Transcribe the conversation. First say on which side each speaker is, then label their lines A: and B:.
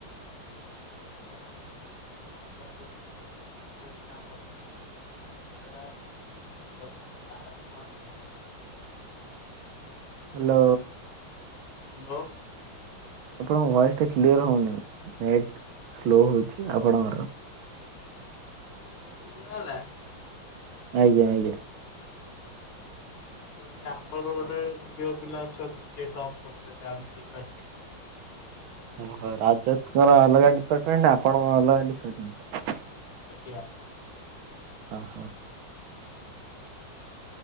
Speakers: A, on the left; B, on the right.
A: <unintelligible> <unintelligible>
B: <inaudible> ହାଲୋ।
A: ହାଲୋ।
B: ଆପଣଙ୍କ ଭଏସ ଟା କ୍ଲିୟର ହଉନି ନେଟ ସ୍ଲୋ ହଉଚି ଆପଣଙ୍କର।
A: ଏବେ ସୁୁଭା ଗଲା?
B: ଆଜ୍ଞା ଆଜ୍ଞା।
A: କହିଲେ ଆମର ଗୋଟେ ଝିଅ ପିଲା ଅଛନ୍ତି ସିଏ ଟପ୍ କରି ଆମ ଡିପାର୍ମେଣ୍ଟ
B: ହ ରାଜତଙ୍କର ଅଲଗା ଡିପାର୍ଟମେଣ୍ଟ ଆପଣଙ୍କ ଅଲଗା ଡିପାର୍ଟମେଣ୍ଟ।
A: ଆଜ୍ଞା।
B: ଓ ହୋ।